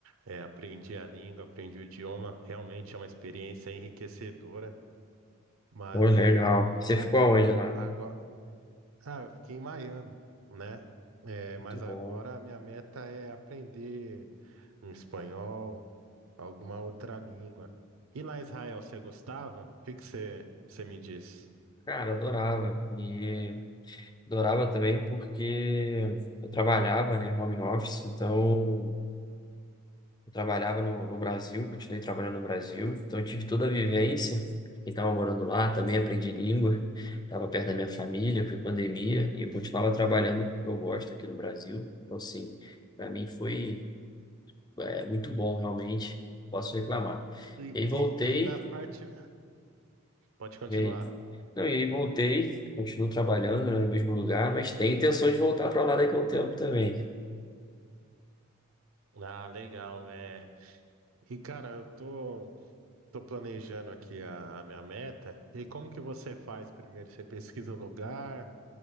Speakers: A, on the right; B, on the left.
A: eh, aprendi a língua, aprendi o idioma. Realmente é uma experiência enriquecedora, mas
B: Pô, legal.
A: é,
B: Você
A: agora,
B: ficou aonde lá?
A: agora, ah, eu fiquei em Miami, né? Eh,
B: Muito
A: mas
B: bom.
A: agora a minha meta é aprender um espanhol, alguma outra língua. E lá em Israel, você gostava? O que que você, você me diz?
B: Cara, adorava. E adorava também porque eu trabalhava, né, home office, então eu trabalhava no, no Brasil, continuei trabalhando no Brasil, então eu tive toda a vivência. Quem estava morando lá também aprendi língua, estava perto da minha família, foi pandemia, e eu continuava trabalhando com o que eu gosto aqui no Brasil. Então, assim, para mim foi é, muito bom, realmente, posso reclamar.
A: E,
B: E aí voltei.
A: e, e na parte. Pode continuar.
B: E aí, Não, e aí voltei, continuo trabalhando, né, no mesmo lugar, mas tenho intenção de voltar para lá daqui a um tempo também.
A: Ah, legal. É... E, cara, eu tô. Estou planejando aqui a, a minha meta. E como que você faz primeiro? Você pesquisa o lugar,